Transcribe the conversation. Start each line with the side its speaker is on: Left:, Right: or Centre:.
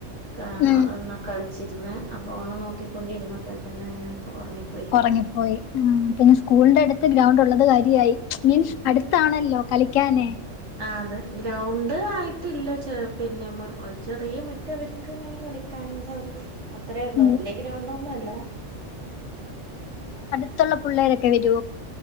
Right: കാ
Left: ഉം
Right: കളിച്ചിരുന്ന് ആ ഫോണ് നോക്കിക്കൊണ്ടിരുന്നപ്പോൾ തന്നെ അങ്ങനെ ഉറങ്ങി പോയി.
Left: ഉറങ്ങിപ്പോയി പിന്നെ സ്കൂളിന്റെ അടുത്ത് ഗ്രൗണ്ട് ഉള്ളത് കാര്യായി. മീൻസ് അടുത്താണല്ലോ കളിക്കാന്.
Right: ആ അതെ ഗ്രൗണ്ട് ആയിട്ടില്ല, ചെ പിന്നെ ഒരു ചെറിയ മുറ്റംവർ ക്ക് ങ്ങനെ കളിക്കാനുള്ള ഒരു അത്ര ഉള്ളൂ
Left: ഉം
Right: വല്യ ഗ്രൗണ്ടൊന്നും അല്ല.
Left: ത്തുള്ള പിള്ളേരൊക്കെ വരോ.